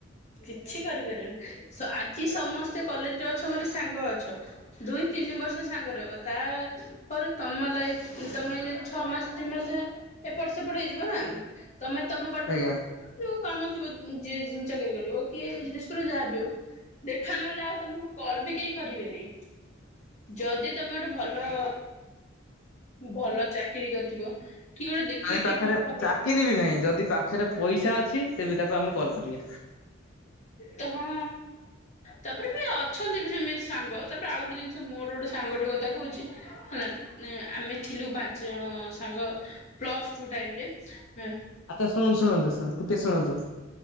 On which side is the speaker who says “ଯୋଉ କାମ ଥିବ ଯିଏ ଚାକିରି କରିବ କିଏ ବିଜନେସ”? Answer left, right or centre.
Left